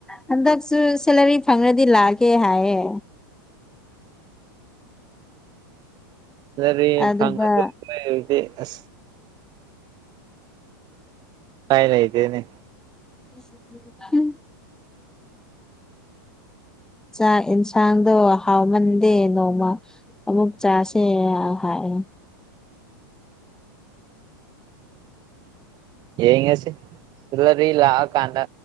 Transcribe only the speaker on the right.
ꯔꯤ
ꯐꯥꯡꯉ ꯑ <unintelligible> ꯇꯥꯏꯂꯩꯗꯨꯏꯅꯦ꯫
ꯌꯦꯉꯁꯤ ꯂꯕꯤ ꯂꯛꯀꯥꯟꯗꯥ꯫